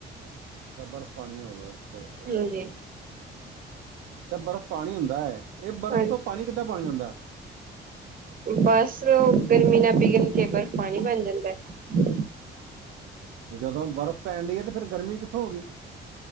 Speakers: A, on the right; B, on the right.
A: ਅੱਛਾ ਬਰਫ਼ ਪਾਣੀ ਹੋ ਗਿਆ ਅੱਛਾ-ਅੱਛਾ-ਅੱਛਾ।
B: ਹਾਂਜੀ
A: ਅੱਛਾ, ਬਰਫ਼ ਪਾਣੀ ਹੁੰਦਾ ਹੈ। ਇਹ ਬਰਫ਼
B: ਹਾਂਜੀ
A: ਤੋਂ ਪਾਣੀ ਕਿੱਦਾਂ ਬਣ ਜਾਂਦਾ
B: ਬਸ ਗਰਮੀ ਨਾਲ ਪੀਘਲ। ਪਾਣੀ ਬਣ ਜਾਂਦਾ ਹੈ।
A: ਜਦੋਂ ਬਰਫ਼ ਪੈਣ ਡਈ ਹੈ ਤੇ ਫੇਰ ਗਰਮੀ ਕਿੱਥੋਂ ਹੋ ਗਈ?